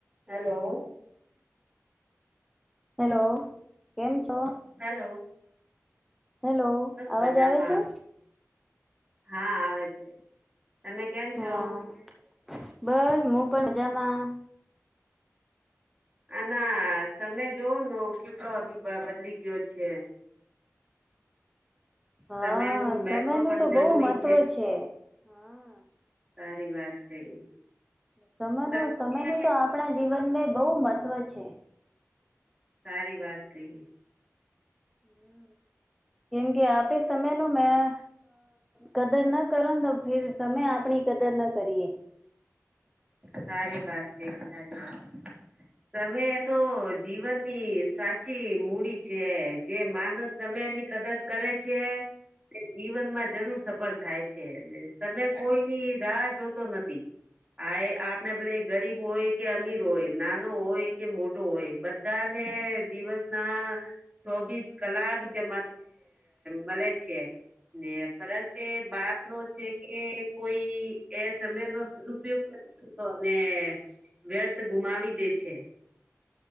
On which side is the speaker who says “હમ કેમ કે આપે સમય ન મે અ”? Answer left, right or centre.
Centre